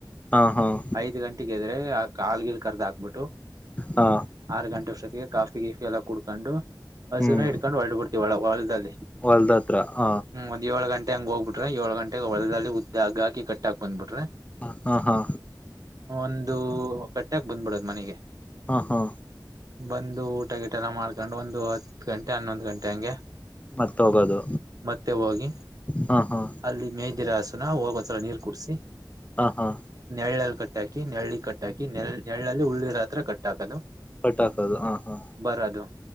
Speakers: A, on the left; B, on the right.
A: ಹಾ ಹಾ
B: ಐದ್ ಗಂಟಗದ್ರೆ ಆ ಕಾಲ್ಗಿಲ್ ಕರ್ದ ಹಾಕ್ಬಿಟ್ಟು
A: ಹಾ
B: ಆರು ಗಂಟೆ ಅಷ್ಟೊತ್ತಿಗೆ ಕಾಫಿ ಗಿಫಿ ಎಲ್ಲ ಕ ಕುಡ್ಕೊಂಡು ಹಸುನ
A: ಹ್ಮ್
B: ಹಿಡ್ಕೊಂಡು ಹೊಳಡ್ ಬಿಿಡ್ತೀವಿ ಒ ಹೊಲ್ದಲ್ಲಿ
A: ಹೊಲ್ದತ್ರ ಹ
B: ಒಂದ್ಏಳು ಗಂಟೆ ಹೋಗ್ಬ ಬಿ್ರಿ ಏಳ್ು ಗಂಟ ಹೊ ಒದದಲ್ಲಿ ಉದ್ದ ಹಾಿ ಕಟ್ಟಾಕ ಬಂದ್ ಬಿಟ್ರಿ
A: ಹ ಹಾ ಹಾ
B: ಒಂದು ಕಟ್ಟ್ಯಾಕ್ ಬಂದ್ಬಿಡದು್ ಮನೆಗೆ
A: ಹಾ ಹಾ
B: ಬಂದು ಊಟ ಗೀಟ ಎಲ್ಲ ಮಾಡ್ಕೊಂಡು ಒಂದು ಹತ್ತು ಗಂಟೆ ಹನ್ನೊಂದು್ ಗಂಟೆ ಹಂಗೆ
A: ಮತ್ತ ಹೋಗೋದು
B: ಮತ್ತೆ ಹೋಗಿ
A: ಹಾ ಹಾ
B: ಅಲ್ಲಿ ಮೇದಿರಾಸ ಹೋಗ ಒಂದ್ಲ ನೀರ್ ಕುಡಸಿ
A: ಹಾ ಹಾ
B: ನೆಳ್ಳಲ್ಲಿ ಕಟ್ಟ ಹಾಕಿ ನಳ್ಳಿ ಕಟ್ಟಾಕಿ ನೆರಳ ಎಳ್ಳಲ್ಲಿ ಉಳ್ಳಿರ ಹತ್ರ ಕಟ್ ಹಾಕದು
A: ಕಟ್ ಹಾಕೋದು ಹಾ ಹಾ
B: ಬರದು